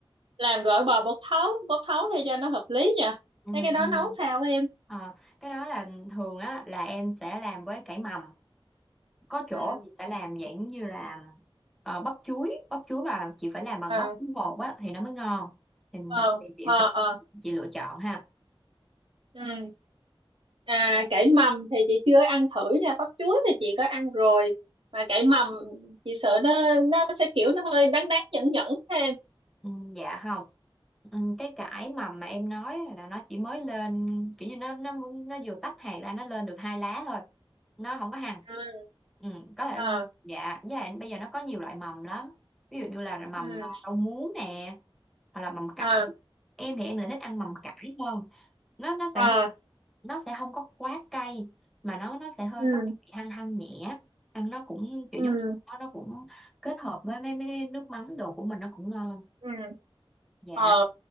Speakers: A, on the right; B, in the centre.
A: làm gỏi bò bột thấu bột thấu để cho nó hợp lý nha
B: Ừ.
A: thế cái đó
B: ừ.
A: nấu sao em
B: Ờ, cái đó là thường á là em sẽ làm với cải mầm có chỗ
A: ừ
B: thì sẽ làm dạng như là ờ, bắp chuối bắp chuối mà chị phải làm bằng
A: ờ
B: bắp bột á thì nó mới ngon thì,
A: ờ
B: thì chị
A: ờ
B: sẽ
A: ờ
B: chị lựa chọn ha
A: ừ à cải mầm thì chị chưa ăn thử nha bắp chuối thì chị có ăn rồi mà cải mầm chị sợ nó nó sẽ kiểu nó hơi đắng đắng nhẫn nhẫn thêm
B: Ừ, dạ không ừ, cái cải mầm mà em nói là nó chỉ mới lên kiểu như nó nó nó vừa tách hạt ra nó lên được hai lá thôi nó không có hằn
A: à
B: ừ, có thể
A: ờ
B: dạ với lại bây giờ nó có nhiều loại mầm lắm ví dụ như là mầm
A: ừ
B: rau muống nè hoặc là mầm cải
A: ờ
B: em thì em lại thích ăn mầm cải hơn nó nó
A: ờ
B: sẽ hơi- nó sẽ không có quá cay mà nó nó sẽ hơi
A: ừ
B: có cái vị hăng hăng nhẹ ăn nó cũng kiểu
A: ừ
B: giống như nó nó cũng kết hợp với mấy mấy cái nước mắm đồ của mình nó cũng ngon
A: ừ
B: dạ
A: ờ